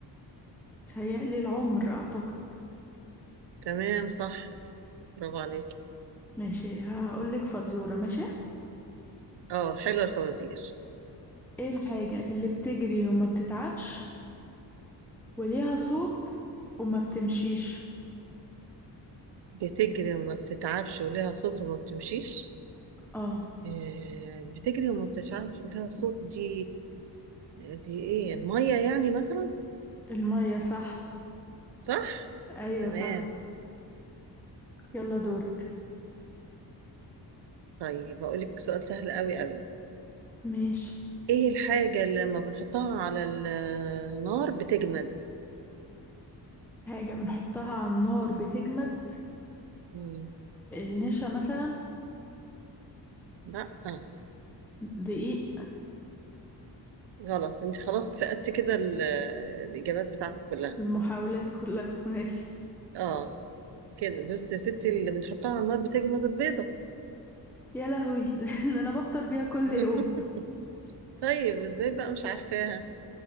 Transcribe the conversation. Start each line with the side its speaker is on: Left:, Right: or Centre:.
Centre: تهيألي العمر اعتقد
Right: تمام صح برافو عليك
Centre: ماشي هقول لك فزورة ماشي
Right: اه حلوه الفوازير
Centre: ايه الحاجة اللي بتجري وما بتتعبش وليها صوت وما بتمشيش
Right: بتجري وما بتتعبش ولها صوت وما بتمشيش
Centre: اه
Right: آه، بتجري وما بتتعبش ولها صوت دي دي ايه الميه يعني مثلا
Centre: المية صح
Right: صح
Centre: ايوه
Right: تمام
Centre: صح يلا دورك
Right: طيب اقول لك سؤال سهل قوي قوي
Centre: ماشي
Right: ايه الحاجة اللي لما بنحطها على ال- النار بتجمد
Centre: حاجة بنحطها على النار بتجمد
Right: مم.
Centre: النشا مثلا
Right: لا آه.
Centre: دقيق
Right: غلط انت خلاص فقدت كده ال- الإجابات بتاعتك كلها
Centre: المحاولات كلها <laughs> ماشي
Right: اه كده بص يا ستي اللي بنحطها على النار بتجمد البيضة
Centre: يا لهوي <laughs> ده انا بفطر بيها كل
Right: <laughs>
Centre: يوم
Right: طيب ازاي بقى مش عارفاها